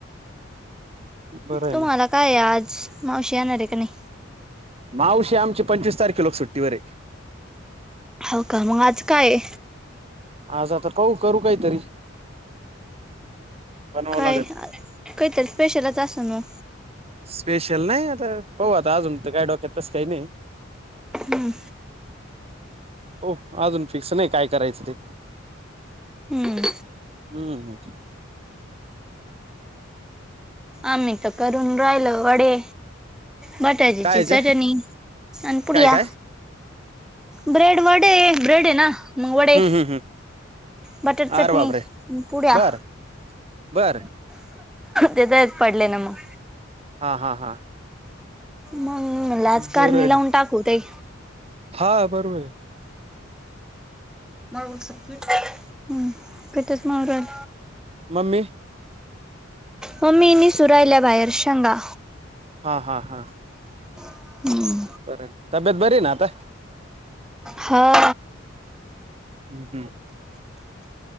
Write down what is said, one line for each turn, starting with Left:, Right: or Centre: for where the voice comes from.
Right: बरं आहे
Centre: तुम्हाला
Right: ना
Centre: काय आज मावशी येणार आहे का नाही
Right: मावशी आमचे पंचवीस तारखे लोक सुट्टीवररे
Centre: हो का मग आज काय
Right: आज आता कऊू करू काहीतरी बनवावं
Centre: काय
Right: लागल.
Centre: काहीतरी स्पेशलच अस ना
Right: स्पेशल नाही आता पहू आत अजून काय डोक्यात तस काही नाही
Centre: हम्म
Right: हो अजून फिक्स नाही काय करायचं ते
Centre: हम्म
Right: हम्म
Centre: आ्ही तर करून राहिल वडे बटाजीची
Right: काय
Centre: चटणी
Right: जे
Centre: आणि पुडया
Right: काय काय
Centre: ब्रेड वड आहे ब्रेड आहे ना मग वडे
Right: हम्म हम्म हम्म
Centre: बटर चटणी
Right: अरे बापरे
Centre: पुड्या
Right: बर बर
Centre: तेेतच पडले ना मग.
Right: हा हा हा
Centre: मग लाज कारणी
Right: बरं आहे
Centre: लावून
Right: ना
Centre: टाकूत ताई
Right: हा बरोबर आहे.
Centre: मग सूटली काय. हम्म पटच मवरल.
Right: मम्मी
Centre: मम्मी नीसुरायल्या बाहेर शेंगा
Right: हा हा हा
Centre: हम्म
Right: बरं तब्येत बरी आहे ना आता
Centre: हा
Right: हम्म